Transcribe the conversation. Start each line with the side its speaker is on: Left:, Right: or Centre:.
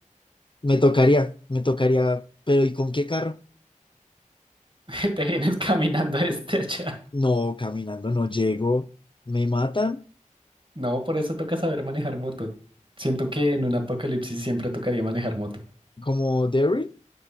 Left: Me tocaría, me tocaría. Pero ¿y con qué carro?
Right: <laughs> te vienes caminando desde allá.
Left: No, caminando no llego. ¿Me matan?
Right: No, por eso toca saber manejar moto. Siento que en un apocalipsis siempre tocaría manejar moto.
Left: ¿Como Derry?